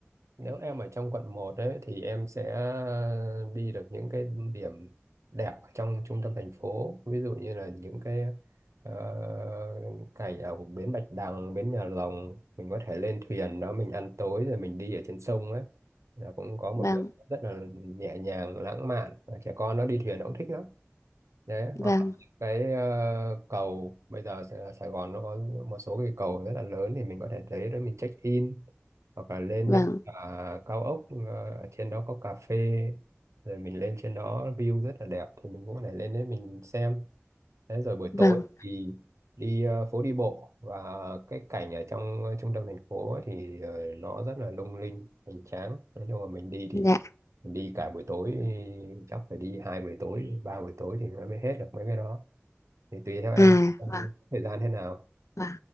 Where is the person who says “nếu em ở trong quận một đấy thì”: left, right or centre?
Right